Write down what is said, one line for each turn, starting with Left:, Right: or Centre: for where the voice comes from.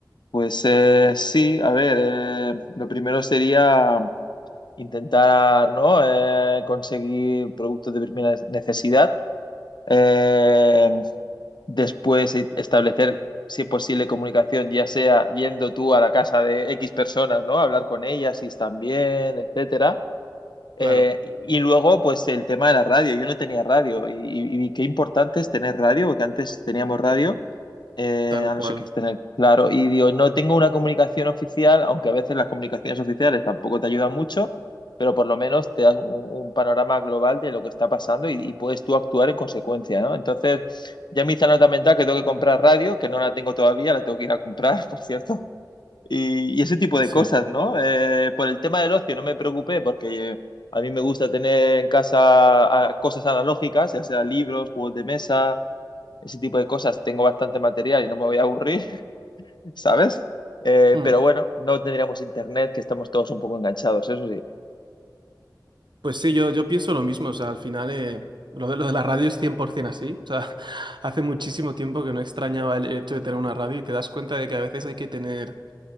Left: pues eh, sí, a ver, eh, lo primero sería intentar, ¿no? Eh, conseguir productos de primera necesidad. Eh, después e- establecer, si es posible, comunicación, ya sea yendo tú a la casa de X personas, ¿no? Hablar con ellas si están bien, etcétera. Eh,
Right: claro,
Left: y luego, pues el tema de la radio. Yo no tenía radio y, y qué importante es tener radio, porque antes teníamos radio, eh,
Right: tal
Left: a
Right: cual,
Left: no ser que tener claro. Y digo, no tengo una comunicación oficial, aunque a veces las comunicaciones oficiales tampoco te ayudan mucho, pero por lo menos te dan un, un panorama global de lo que está pasando y, y puedes tú actuar en consecuencia, ¿no? Entonces, ya me hice nota mental que tengo que comprar radio, que no la tengo todavía, la tengo que ir a comprar, <laughs> por cierto. Y, y ese tipo de
Right: sí.
Left: cosas, ¿no? Eh, por el tema del ocio no me preocupé porque eh, a mí me gusta tener en casa ah, cosas analógicas, ya sea libros, juegos de mesa, ese tipo de cosas. Tengo bastante material y no me voy a aburrir, <laughs> ¿sabes? Eh,
Right: Mm,
Left: pero bueno, no tendríamos internet, que estamos todos un poco enganchados, eso sí.
Right: Pues sí, yo, yo pienso lo mismo, o sea, al final eh, lo de, lo de la radio es 100% así, o sea, <laughs> hace muchísimo tiempo que no extrañaba el el hecho de tener una radio y te das cuenta de que a veces hay que tener...